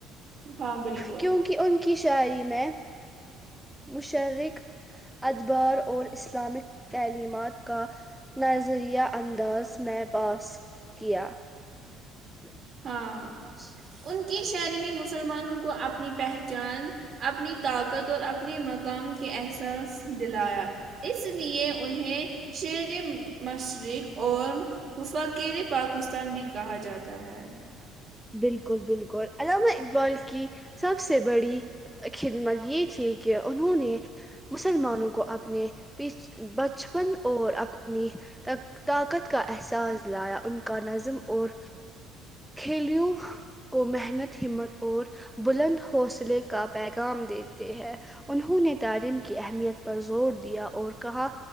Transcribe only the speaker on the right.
ہاں بالکل
ہاں
ان کی شعری نے مسلمانوں کو اپنی پہچان اپنی طاقت اور اپنی مقام کے احساس دلایا اس لیے انہیں شر مشرق اور وفقیر پاکستان بھی کہا جاتا ہے